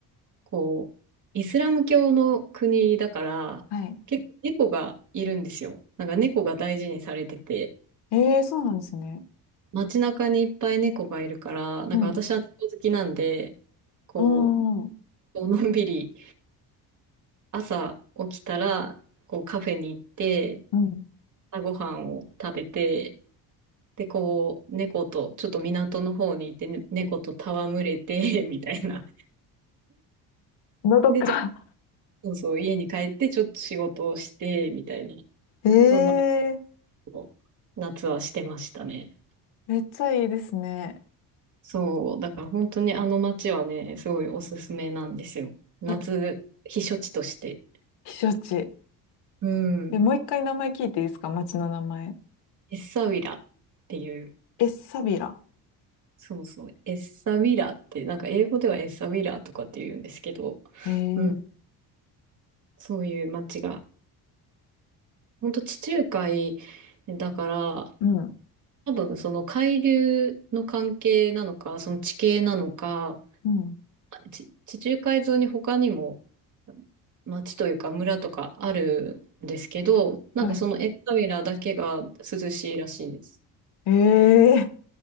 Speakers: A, on the right; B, on the left.
A: こう、イスラム教の国だから、
B: はい。
A: 結構猫がいるんですよ。なんか猫が大事にされてて、
B: ええそうなんですね。
A: 街中にいっぱい猫がいるから、なんか私は猫好きなんで、
B: うん。
A: こ
B: うん。う
A: う、のんびり朝起きたら、こうカフェに行って、
B: ん。
A: 朝ごはんを食べて、で、こう、猫と、ちょっと港の方に行って、ね猫と戯れて、<laughs> みたいな。
B: のどか。
A: で、ちょっと、そうそう、家に帰って、ちょっと仕事をして、みたいな、
B: ええ
A: そんなことを夏はしてましたね。
B: めっちゃいいですね。
A: そう、だから本当にあの街はね、すごいおすすめなんですよ。夏、
B: え、
A: 避暑地として。
B: 避暑地。
A: うん。
B: え、もう一回名前聞いていいですか町の名前。
A: エッサウィラっていう、
B: え、サビラ。
A: そうそう、エッサウィラって、なんか英語ではエッサウィラとかって言うんですけど、
B: ええ
A: うん。そういう街が、ほんと地中海だから、
B: うん。
A: 多分その海流の関係なのか、その地形なのか、
B: うん。
A: ち地中海沿いに他にも町というか村とかあるんですけど、なんかそのエッサウィラだけが涼しいらしいです。
B: はい。ええ